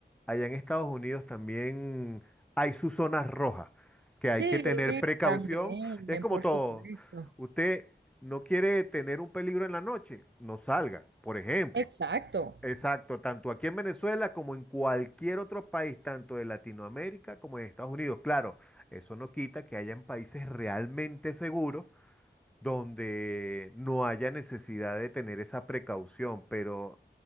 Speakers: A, in the centre; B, on the right.
A: allá en Estados Unidos también hay sus zonas rojas, que hay
B: Sí,
A: que tener precaución.
B: también,
A: <laughs> Es como
B: por
A: todo.
B: supuesto.
A: Usted no quiere tener un peligro en la noche, no salga, por ejemplo.
B: Exacto.
A: Exacto, tanto aquí en Venezuela como en cualquier otro país, tanto de Latinoamérica como de Estados Unidos. Claro, eso no quita que hayan países realmente seguros donde no haya necesidad de tener esa precaución, pero